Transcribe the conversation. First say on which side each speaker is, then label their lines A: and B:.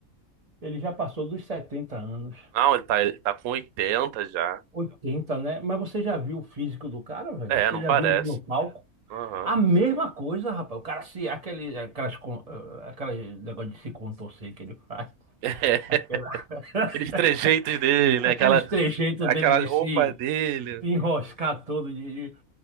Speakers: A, on the right; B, on the right.
A: ele já passou dos 70 anos.
B: Não, ele tá, ele tá com 80 já.
A: oitenta né? Mas você já viu o físico do cara, velho?
B: É,
A: Você
B: não
A: já
B: parece.
A: viu ele no palco?
B: Aham,
A: A mesma coisa, rapaz. O cara se. Aquele, aquelas, con- eh, aquelas negócio de se contorcer que ele faz. <laughs>
B: é. <laughs>
A: Aquela, <laughs>
B: Aqueles trejeitos dele, né?
A: aqueles
B: Aquela,
A: trejeitos
B: aquela
A: dele de
B: roupa
A: se
B: dele.
A: enroscar todo. De, de-